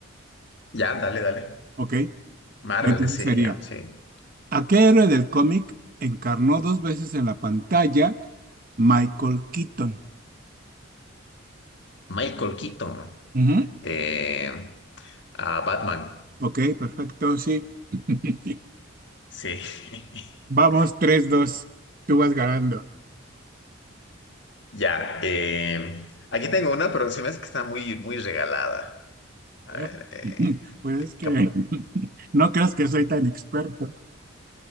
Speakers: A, on the left; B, on the right.
A: Ya, dale, dale.
B: ok,
A: Marvel,
B: entonces
A: decía
B: sería,
A: ya, sí.
B: ¿a qué héroe del cómic encarnó dos veces en la pantalla Michael Keaton?
A: Michael Keaton.
B: Ujú,
A: eh, a Batman.
B: Ok, perfecto, sí. <laughs>
A: Sí.
B: Vamos,
A: <laughs>
B: tres dos, Tú vas ganando.
A: Ya. eh, aquí tengo una, pero se me hace que está muy, muy regalada. A
B: <laughs>
A: ver. eh,
B: Pues es que
A: cap-
B: no creas que soy tan experto.